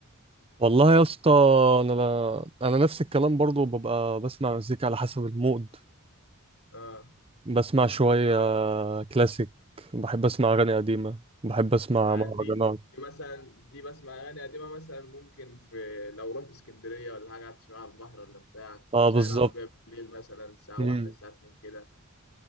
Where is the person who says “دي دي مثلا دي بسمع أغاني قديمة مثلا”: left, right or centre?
Left